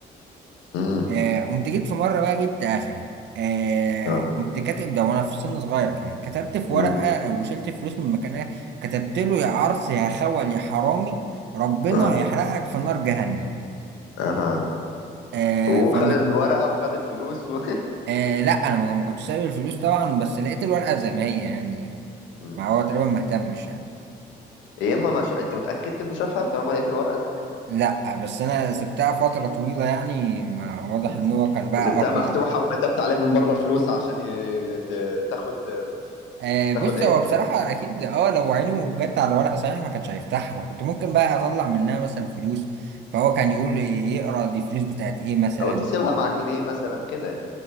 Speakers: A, on the left; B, on the right.
A: مم.
B: آه قمت جيت في مره بقى جبت اخري آه
A: اه
B: قمت كاتب ده وانا في سن صغير كمان كتبت في ورقه
A: مم.
B: وشلت فلوس من مكانها كتبت له يا عرس يا خول يا حرامي ربنا
A: اه
B: هيحرقك في نار جهنم
A: اها
B: آه
A: وخد
B: فم...
A: الورقة وخد الفلوس و...
B: آه لا انا ما ما كنتش سايب الفلوس طبعا بس لقيت الورقه زي ما هي يعني
A: <laughs> مم.
B: ما هو تقريبا مهتمش يعني
A: يا اما ما ش... انت متأكد انه شافها طالما لقيت الورقة زي ما هي؟
B: لا بس انا سبتها فترة طويلة يعني ما واضح
A: مم.
B: ان هو كان بقى
A: وسبتها
B: اقلع
A: مفتوحة وكتبت عليها من بره فلوس عشان ي... ت... تاخد
B: آه بص
A: تاخد عينه
B: هو بصراحة اكيد اه لو عينه جت على ورق صحيح ما كانش هيفتحها انا كنت ممكن بقى اطلع منها مثلا فلوس فهو كان يقول يقرا دي فلوس بتاعت ايه مثلا
A: او تسيبها مع جنيه مثلا كده يعني